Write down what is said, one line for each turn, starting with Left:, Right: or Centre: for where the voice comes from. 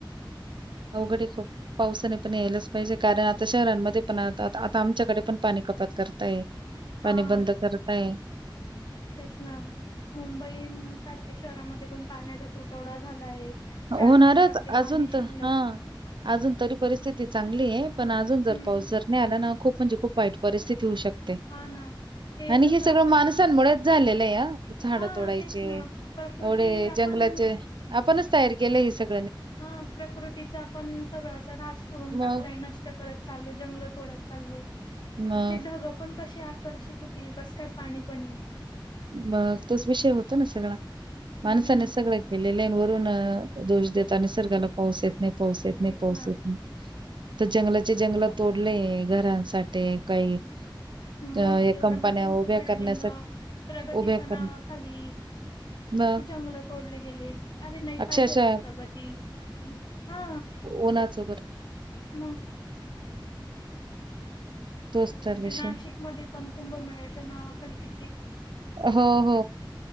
Right: अवघड आहे, खूप पावसाने पण यायलाच पाहिजे कारण आता शहरांमध्ये पण आता आता आता आमच्याकडे पण पाणी कपात करत आहे, पाणी
Left: हा
Right: बंद करत आहे.
Left: तेच ना मुंबई सारख्या शहरामध्ये पण पाण्याचा तुटवडा झाला आहे. चाळीसच
Right: होणारच
Left: टक्के
Right: अजून
Left: पाणी शिल्लक
Right: तर हां. अजून तरी परिस्थिती चांगली आहे पण अजून जर
Left: हम्म
Right: पाऊस जर नाही आला ना खूप. म्हणजे खूप वाईट परिस्थिती होऊ शकते
Left: हा ना.
Right: आणि
Left: जसं
Right: हे सगळं
Left: आपण
Right: माणसांमुळेच झालेलं आहे हां. झाडं
Left: हा
Right: तोडायचे
Left: तेच ना प्रकृती
Right: एवढे
Left: आपण
Right: जंगलाचे आपणच तयार केले हे सग
Left: हां प्रकृतीचा आपण सगळं अस ऱ्हास करून
Right: मग?
Left: टाकलाय नष्ट करत चालो जंगलत. थोडं चाललो
Right: मग
Left: ते ढगं पण कसे आकर्षित होतील कसं काय पाणी पण येईल.
Right: मग तोच विषय होतो, ना सगळा माणसाने
Left: हम्म.
Right: सगळं केलेलं आहे वरून. दोष देता निसर्गाला पाऊस येत नाही, पाऊस येत नाही,
Left: तेच
Right: पाऊस
Left: ना
Right: येत नाही. तर जंगलाचे जंगल तोडले घरांसाठी काही.
Left: मग
Right: अ, या
Left: एवढ्या
Right: कंपन्या
Left: मोठ्या मोठ्या
Right: उभ्या
Left: बिल्डिंग
Right: करण्यासाठी
Left: प्रगतीच्या
Right: उभ्या कर
Left: नावाखाली.
Right: मग
Left: किती जंगल तोडले गेले अरे नाही
Right: अक्षरशः
Left: पाहिजे अशी प्रगती हा.
Right: ऊनाच बर.
Left: मग
Right: तोच तर
Left: तिथे
Right: विषय.
Left: नाशिकमध्ये पण कुंभमेळाच्या नावाखाली कि.
Right: हो हो